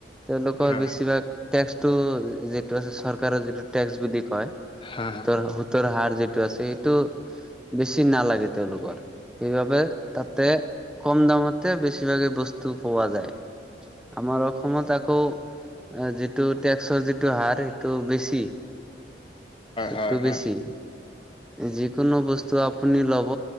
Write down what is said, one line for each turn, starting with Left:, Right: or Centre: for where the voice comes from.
Centre: তেওঁলোকৰ
Left: হা
Centre: বেছিভাগ টেক্স টো যিটো আছে চৰকাৰৰ যিটো টেক্স বুলি কয় ত'
Left: হয়
Centre: সোতৰ হাৰ যিটো আছে এইটো বেছি নালাগে তেওঁলোকৰ। সেইবাবে তাতে কম দামতে বেছিভাগে বস্তু পোৱা যায়। আমাৰ অসমত আকৌ অ, যিটো টেক্সৰ যিটো হাৰ সেইটো বেছি। চুটটো
Left: হয়
Centre: বেছি
Left: হয়
Centre: যিকোনো বস্তু আপুনি লব